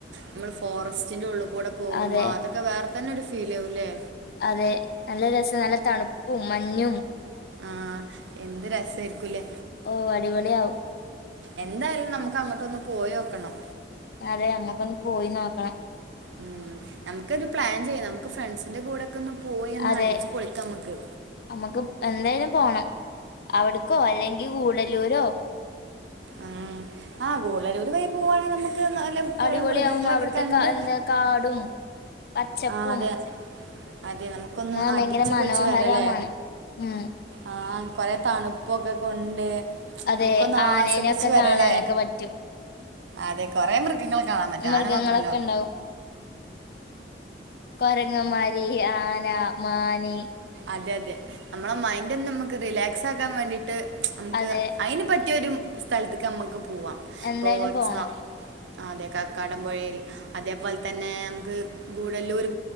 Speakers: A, on the right; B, on the left.
A: നമ്മൾ ഫോറസ്റ്റിന്റെ ഉള്ളിൽ കൂടെ പോകുമ്പോ
B: അതെ
A: അതൊക്കെ വേറെ തന്നെ ഒരു ഫീൽ ആകുംല്ലേ
B: അതെ നല്ല രസാണ് നല്ല തണുപ്പും മഞ്ഞും
A: ആഹ് എന്ത് രസായിരിക്കൂലേ
B: ഓഹ് അടിപൊളിയാവും
A: എന്തായാലും നമുക്ക് അങ്ങോട്ട് ഒന്ന് പോയി നോക്കണം
B: അതെ നമ്മക്കൊന്ന് പോയി നോക്കണം
A: ഉം നമുക്ക് ഒരു പ്ലാൻ ചെയ്യാം നമുക്ക് ഫ്രണ്ട്സിന്റെ കൂടെയൊക്കെ ഒന്ന് പോയിന്ന്
B: അതെ
A: അടിച്ച് പൊളിക്കാ നമുക്ക്
B: നമ്മുക്ക് എന്തായാലും പോണം അവിടുക്കോ അല്ലെങ്കിൽ ഗുടല്ലുരോ
A: ഉം ആഹ് ഗൂടല്ലുര് വഴി പോകുവാണെങ്കിൽ നമുക്ക് നല്ല കുറെ
B: അടിപൊളിയാവും
A: മൃഗങ്ങളൊക്കെ
B: അവിടുത്തെ
A: കണ്ട്
B: കാ എന്താ കാടും പച്ചപ്പും
A: ആഹ് അതെ അതെ നമുക്കൊന്ന്
B: ആ
A: അടിച്ചു
B: ഭയങ്കര മനോഹരമാണ്
A: പൊളിച്ചു വരാല്ലേ
B: ഉം
A: ആഹ് കൊറെ തണുപ്പൊക്കെ കൊണ്ട്
B: അതെ
A: നമുക്കൊന്ന്
B: ആനേനെയൊക്കെ
A: ആസ്വദിച്ചു വരാല്ലേ
B: കാണാനൊക്കെ പറ്റും
A: അതെ കൊറെ മൃഗങ്ങളെ കാണാൻ പറ്റും
B: മൃഗങ്ങളൊക്കെ
A: ആന മാത്രല്ലാ
B: ഉണ്ടാവും കൊരങ്ങമാര് ആന മാന്
A: അതെതെ അമ്മള മൈൻഡൊന്നമ്മക്ക് റിലാക്സാക്കാൻ വേണ്ടീട്ട് അംക്ക്
B: അതെ
A: അയ്ന് പറ്റിയ ഒരു സ്ഥലത്തേക്കമ്മ്ക്ക് പോവാം
B: എന്തായാലും
A: ഇപ്പോ എക്സാ-
B: പോണം
A: ആഹ് അതെ കാക്കാടം പൊഴയിൽ അതേപോലെ തന്നെ അംക്ക് ഗൂടല്ലൂര്